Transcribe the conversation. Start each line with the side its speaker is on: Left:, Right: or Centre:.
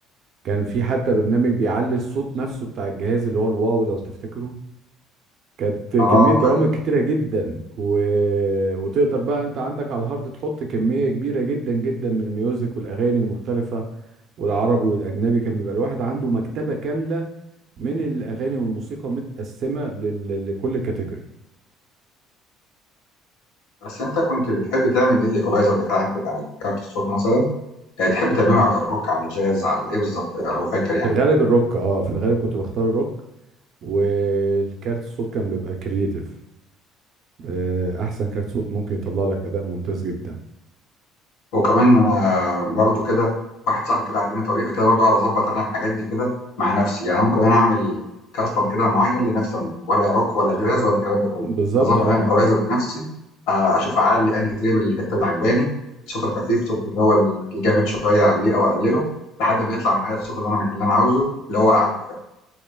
Right: كان في حتى برنامج بيعلي الصوت نفسه بتاع الجهاز اللي هو الواو لو تفتكره كانت كمية
Left: اه
Right: برامج
Left: فاكره
Right: كتيرة جدا و... وتقدر بقى انت عندك على الهارد تحط كمية كبيرة جدا جدا من الميوزك والأغاني المختلفة والعربي والأجنبي كان بيبقى الواحد عنده مكتبة كاملة من الأغاني والموسيقى متقسمة لل... لكل كاتيجوري
Left: بس انت كنت بتحب تعمل ايه الايكولايزر بتاعك بتاع كارت الصوت مثلا يعني تحب تعمله على روك على جاز على ايه بالظبط لو فاكر يعني
Right: في الغالب الروك اه في الغالب كنت بختار الروك والكارت الصوت كان بيبقى كرييتيف آه، أحسن كارت صوت ممكن يطلع لك أداء ممتاز جدا
Left: وكمان انا برضو كده واحد صاحبي كده علمني طريقه كده برضو اعرف اظبط انا الحاجات دي كده مع نفسي يعني أنا ممكن انا اعمل كاستم كده معين لنفسي انا ولا روك ولا جاز ولا الكلام ده كله
Right: بالظبط
Left: اظبط
Right: اه اه
Left: انا الايكولايزر
Right: آه.
Left: بنفسي آه، اشوف اعلي انهي تريب الحته اللي عجباني الصوت الخفيف الصوت اللي هو الجامد شويه اعليه او اقلله لحد ما يطلع معايا الصوت اللي انا اللي انا عاوزه اللي هو اعلى كفاءه